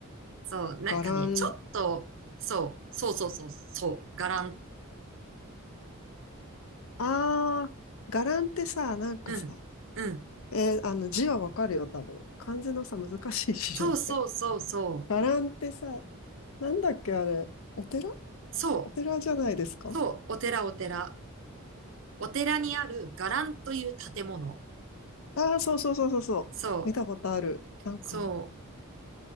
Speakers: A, on the right; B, on the left.
A: そう、なんかね、
B: ガラン。
A: ちょっと、そう、そうそうそう、そう、伽藍。
B: あー、ガランってさ、なんかさ、
A: うん、うん。
B: えーあの字はわかるよ、多分。漢字のさ、難しい字じゃない。
A: そうそうそうそう。
B: <laughs> ガランってさ、なんだっけ、あれ。お寺
A: そうラン、うんうん
B: お寺じゃないですか
A: そう、お寺お寺。お寺にある伽藍という建物。
B: ああー、そうそうそうそうそう。
A: そう、
B: 見たことある。なんか、
A: そう。